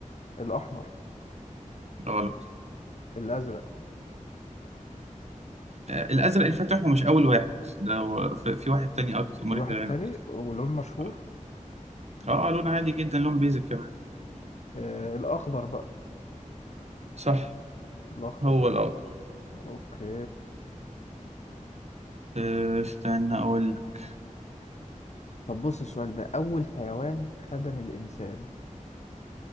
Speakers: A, on the left; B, on the right.
A: الأحمر
B: غلط
A: الأزرق
B: آه، الازرق الفاتح ومش اول واحد ده هو في في واحد تاني اكتر مريح
A: في واحد
B: للعين
A: تاني
B: اكتر
A: ولون مشهور
B: اه آه، لون عادي جدا لون بيزك كمان
A: آه الأخضر بقى
B: صح
A: الأخضر
B: هو
A: أوكي
B: الاخضر
A: أوكي
B: آه، استنى اقول لك
A: طب بص السؤال ده أول حيوان خدم الإنسان